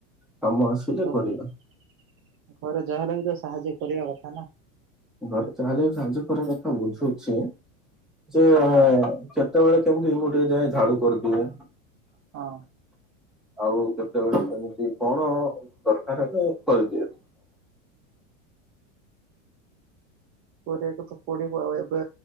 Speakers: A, in the centre; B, on the right.
A: କାମ ଆସିଲେ
B: ଛ
A: କରିବି।
B: ଘରେ ଯହାଲ ବି ତ ସାହାଯ୍ୟ କରିବା କଥା ନା?
A: ଘରେ ତାହେଲେ ସାଜ ଖରା କଥା ବୁଝୁଛି। ଯେ
B: ହଁ
A: କେତେବେଳେ କେମତି ଏଇମଠି ଯଏ ଝାଡୁ କରିଦିଏ
B: ହଁ।
A: ଆଉ କେତେବେଳେ କେମିତି କଣ ଦରକାର ହେବେ କରିଇଦିଅ
B: କରିବାକୁ ତ ପଡିବ ଆଉ ଏବେ